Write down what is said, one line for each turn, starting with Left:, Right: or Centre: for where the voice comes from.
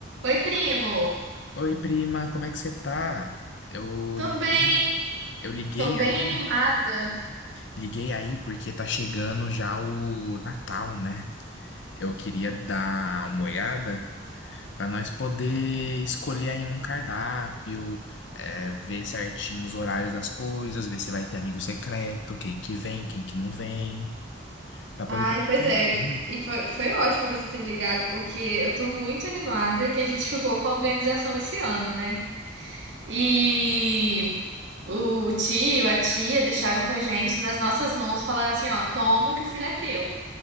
Right: Oi, primo.
Left: Oi, prima, como é que você tá? Eu
Right: Tô
Left: liguei,
Right: bem,
Left: eu liguei
Right: tô bem
Left: aí,
Right: animada.
Left: liguei aí porque tá chegando já o Natal, né? Eu queria dar uma olhada pra nós poder escolher aí um cardápio, é, ver certinho os horários das coisas, ver se vai ter amigo secreto, quem que vem, quem que não vem, pra poder
Right: Ai,
Left: ter tudo
Right: pois
Left: certinho.
Right: é. E foi, foi ótimo você ter me ligado, porque eu tô muito animada que a gente ficou com a organização esse ano, né? E o tio, a tia deixaram com a gente nas nossas mãos, falaram assim, ó, toma que o filho é teu.